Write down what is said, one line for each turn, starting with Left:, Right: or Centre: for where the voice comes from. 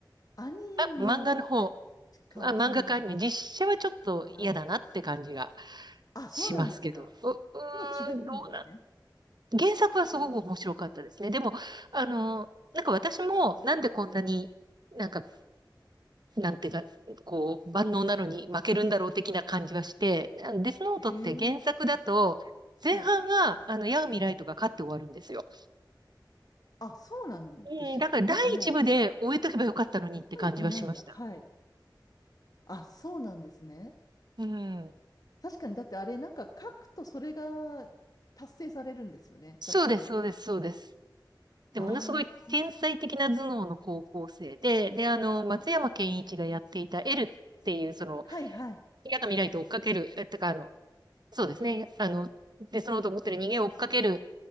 Left: アニメしかわかんない
Right: あ、漫画の方、あ、漫画かアニメ、実写はちょっと嫌だなって感じが。
Left: かな。あ、そうなんですか。
Right: しますけど。う、うーん、
Left: ちょっと違うんですね。
Right: どうなん、原作はすごく面白かったですね。でも、あの、なんか私もなんでこんなに、
Left: はい。
Right: なんか、なんていうか、こう、万能なのに負けるんだろう的な感じはして、あのデスノートって原作だと、
Left: えー、
Right: 前半は、
Left: はい。
Right: あの、ヤーミライトが勝って終わるんですよ。
Left: あ、そうなんでしたっけなんかも
Right: うん、だから第一部で終えとけばよかったのにって感じはしました。
Left: う覚えてないや。はい。あ、そうなんですね。
Right: うん。
Left: 確かに、だってあれ、なんか書くとそれが達成されるんですよね。
Right: そうです、
Left: 確かね。
Right: そうです、そうです。で、
Left: あ
Right: ものすごい天才的な頭脳の高校生で、で、あの、松山ケンイチがやっていた
Left: あ、ね。
Right: L っていう、その、
Left: はいはい。
Right: 嫌な未来と追っかける、え、てか、あの、そうですね、あの、で、そのと思ってる人間を追っかける